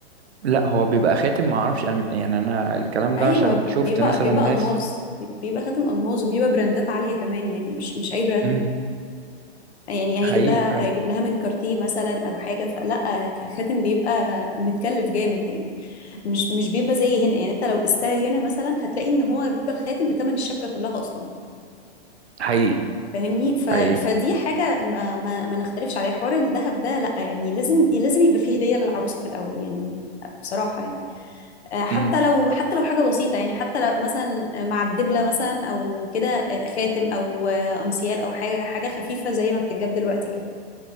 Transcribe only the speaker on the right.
لا هو بيبقى خاتم ما اعرفش انا يعني انا الكلام
ده عشان شفت
مثلا
ناس
امم
حقيقي
فعلا
حقيقي
حقيقي
امم